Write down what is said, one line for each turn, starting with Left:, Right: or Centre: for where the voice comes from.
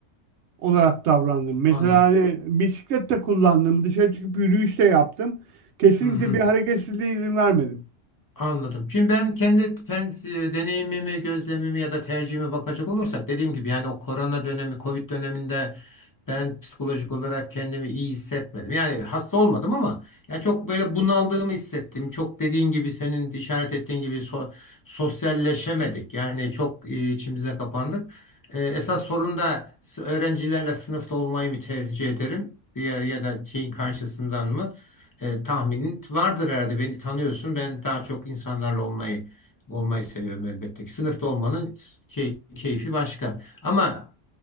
Right: olarak davrandım. Mesela
Left: Anladım.
Right: hani bisiklet de kullandım, dışarı çıkıp yürüyüş de yaptım. Kesinlikle
Left: Hı hı.
Right: bir hareketsizliğe izin vermedim.
Left: Anladım. Şimdi ben kendi pen- e, deneyimimi, gözlemimi ya da tercihimi bakacak olursak dediğim gibi yani o korona dönemi, Covid döneminde ben psikolojik olarak kendimi iyi hissetmedim. Yani hasta olmadım ama ya çok böyle bunaldığımı hissettim. Çok dediğin gibi senin işaret ettiğin gibi so- sosyalleşemedik. Yani çok e, içimize kapandık. E, esas sorun da s- öğrencilerle sınıfta olmayı mı tercih ederim ya, ya da şeyin karşısından mı? E, tahminin vardır herhalde. Beni tanıyorsun. Ben daha çok insanlarla olmayı olmayı seviyorum elbette ki. Sınıfta olmanın key- keyfi başka. Ama